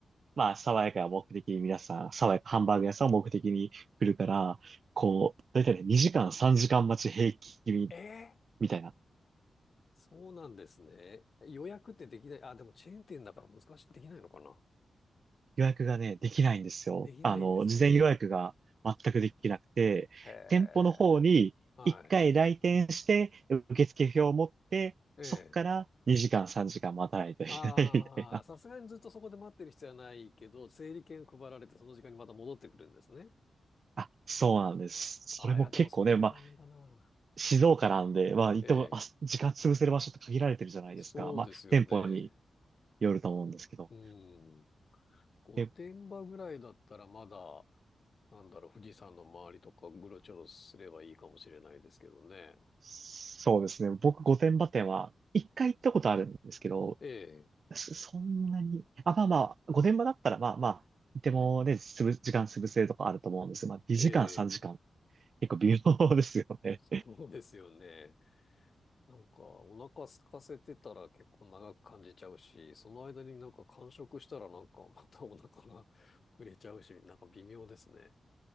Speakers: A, on the right (about 50°); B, on the left (about 40°).
A: まあ爽やかが目的に皆さん、爽やかハンバーグ屋さんを目的に来るから、こう、だいたいね、2時間3時間待ち平均
B: ええ
A: みたいな
B: そうなんですね。予約ってできない。あ、でもチェーン店だから難しくできないのかな。
A: 予約がね、できないんですよ。
B: できないんですね。
A: あの、事前予約が全くできなくて、
B: へえ。
A: 店舗の方に1回来店して、
B: はい。
A: 受付表を持って、
B: ええ。
A: そこから2時間3時間待たないといけないみたいな。
B: ああ、さすがにずっとそこで待ってる必要はないけど、整理券配られてその時間にまた戻ってくるんですね。
A: あ、そうなんです。
B: ああ、
A: それも結構ね、
B: いや、でもそれも大変だな。
A: まあ静岡なんで、まあ、行っても、
B: ええ、
A: あ、時間潰せる場所って限られてるじゃないですか。
B: そうですよね。
A: まあ、店舗によると思うんですけど。
B: うん。御殿場ぐらいだったらまだ、
A: で、
B: なんだろう、富士山の周りとかうろちょろすればいいかもしれないですけどね。
A: そうですね。僕、御殿場店は、一回行ったことあるんですけど、
B: え
A: そそんなに、あ、まあまあ、御殿場だったら、まあまあ、いてもね、つぶ時間潰せるとかあると思うんですが、まあ、2時間、
B: え
A: 3時間、
B: え、
A: 結構微妙ですよね。
B: そうですよね。なんか、お腹空かせてたら結構長く感じちゃうし、その間になんか間食したらなんかまたお腹が <laughs> 膨れちゃうし、なんか微妙ですね。